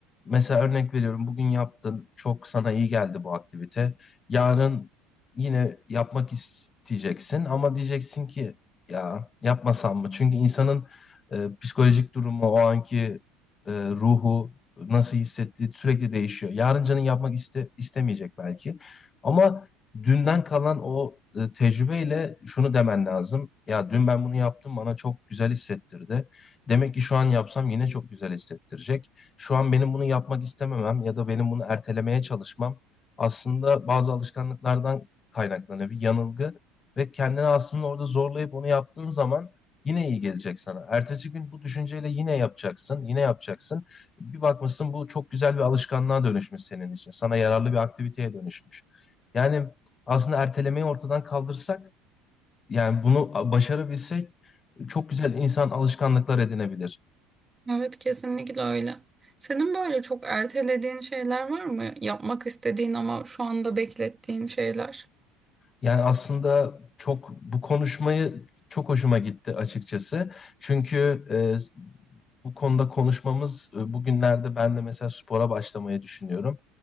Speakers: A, on the left; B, on the right.
A: mesela örnek veriyorum bugün yaptın, çok sana iyi geldi bu aktivite. Yarın yine yapmak isteyeceksin ama diyeceksin ki ya yapmasam mı? Çünkü insanın e, psikolojik durumu, o anki e, ruhu nasıl hissettiği sürekli değişiyor. Yarın canın yapmak iste, istemeyecek belki. Ama dünden kalan o e, tecrübeyle şunu demen lazım. Ya dün ben bunu yaptım bana çok güzel hissettirdi. Demek ki şu an yapsam yine çok güzel hissettirecek. Şu an benim bunu yapmak istememem ya da benim bunu ertelemeye çalışmam aslında bazı alışkanlıklardan kaynaklanan bir yanılgı ve kendini aslında orada zorlayıp onu yaptığın zaman yine iyi gelecek sana. Ertesi gün bu düşünceyle yine yapacaksın, yine yapacaksın. Bir bakmışsın bu çok güzel bir alışkanlığa dönüşmüş senin için. Sana yararlı bir aktiviteye dönüşmüş. Yani aslında ertelemeyi ortadan kaldırsak yani bunu başarabilsek çok güzel insan alışkanlıklar edinebilir.
B: Evet kesinlikle öyle. Senin böyle çok ertelediğin şeyler var mı? Yapmak istediğin ama şu anda beklettiğin şeyler.
A: Yani aslında çok bu konuşmayı çok hoşuma gitti açıkçası. Çünkü e, bu konuda konuşmamız e, bugünlerde ben de mesela spora başlamayı düşünüyorum.